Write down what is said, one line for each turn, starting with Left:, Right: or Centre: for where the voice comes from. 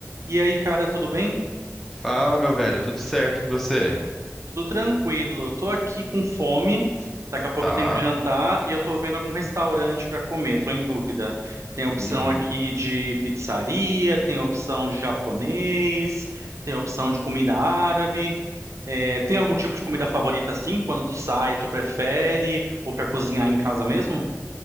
Right: E aí, cara, tudo bem?
Centre: Fala, meu velho, tudo certo com você?
Right: Tudo tranquilo. Tô aqui com fome. Daqui a pouco
Centre: Tá.
Right: eu tenho que jantar e eu tô vendo algum restaurante pra comer. Tô em dúvida. Tem opção
Centre: Uhum.
Right: aqui de pizzaria, tem opção de japonês, tem opção de comida árabe. É, tem algum tipo de comida favorita assim? Quando tu sai, tu prefere? Ou pra cozinhar em casa mesmo?